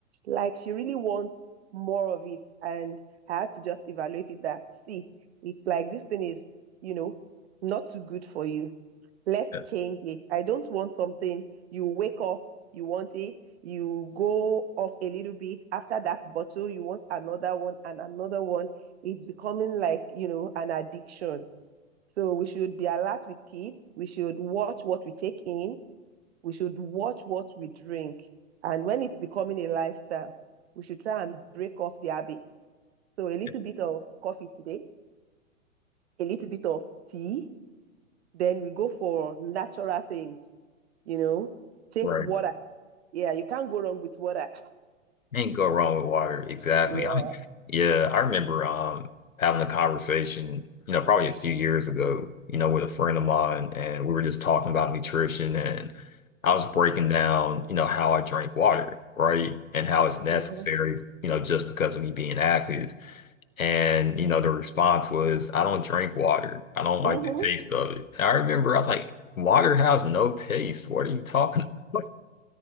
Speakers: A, on the right; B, on the left.
A: Like she really wants more of it. And I had to just evaluate it that, see, it's like this thing is, you know, not too good for you. Let's
B: Yeah.
A: change it. I don't want something you wake up, you want it, you go off a little bit. After that bottle, you want another one and another one. It's becoming like, you know, an addiction. So we should be alert with kids. We should watch what we take in. We should watch what we drink. And when it's becoming a lifestyle, we should try and break off the habits. So a little
B: Yeah.
A: bit of coffee today, a little bit of tea, then we go for natural things, you know, take
B: Right.
A: water. Yeah, you can't go wrong with water.
B: Can't go wrong with water. Exactly.
A: Yeah.
B: I mean, yeah, I remember um having a conversation, you know, probably a few years ago, you know, with a friend of mine, and we were just talking about nutrition and I was breaking down, you know, how I drink water, right? And how it's necessary,
A: Mm-hmm.
B: you know, just because of me being active. And, you know, the response was, I don't drink water. I don't like
A: Mm-hmm.
B: the taste of it. And I remember I was like, water has no taste. What are you talking <laughs> about?